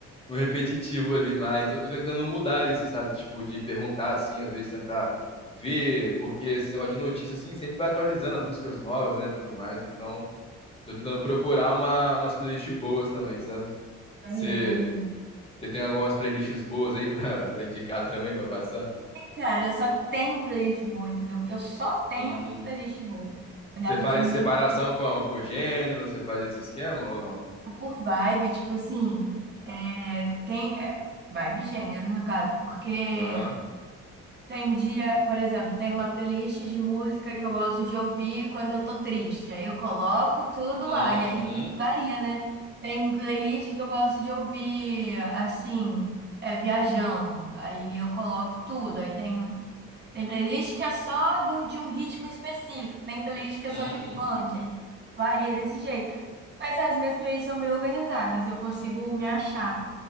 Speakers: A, on the left; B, on the right.
A: no repetitivo ali, mas eu tô tentando mudar isso, sabe? Tipo, de perguntar, assim, às vezes tentar ver, porque esse negócio de notícia, assim, sempre vai atualizando as músicas novas, né, tudo mais, então. Tô tentando procurar uma, umas playlists boas também, sabe?
B: Maneiro,
A: Você
B: maneiro.
A: você tem algumas playlists boas aí pra, <laughs> pra indicar também, pra passar?
B: E, Cara, eu só tenho playlist boa, entendeu? Eu só tenho
A: Hum.
B: playlist boa. Não
A: Você
B: dá pra
A: faz
B: te indicar
A: separação
B: assim,
A: como? Por gênero? Você faz esse esquema ou não?
B: por vibe, tipo assim, é, tem. é, vibe e gênero, no caso, porque.
A: Aham.
B: Tem dia, por exemplo, tem uma playlist de música que eu gosto de ouvir quando eu tô triste. Aí eu coloco tudo lá,
A: Uhum.
B: e aí varia, né? Tem playlist que eu gosto de ouvir, assim, é, viajando. Aí eu coloco tudo. Aí tem, um, tem playlist que é só do, de um ritmo específico, tem playlist que é
A: Uhum.
B: só de funk. Aí varia desse jeito. Mas as minhas playlists são bem organizadas, eu consigo me achar.